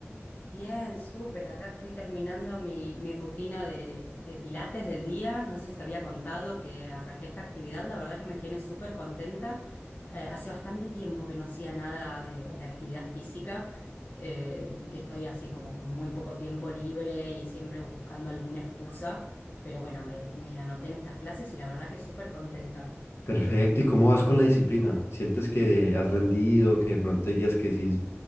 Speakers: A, on the left; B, on the left.
A: Bien, súper. Acá estoy terminando mi, mi rutina de, de pilates del día. No sé si te había contado que arranqué esta actividad. La verdad que me tiene súper contenta. Eh, hace bastante tiempo que no hacía nada de, de actividad física. Eh, estoy así como con muy poco tiempo libre y siempre buscando alguna excusa. Pero bueno, me, me anoté en estas clases y la verdad que súper contenta.
B: Perfecto, ¿y cómo vas con la disciplina? ¿Sientes que has rendido, que de pronto hay días que decís,